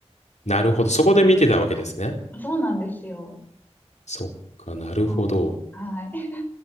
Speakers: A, on the left; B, on the left.
A: なるほど。そこで見てたわけですね。
B: そうなんですよ。
A: そっか、なるほど。
B: はい。はい。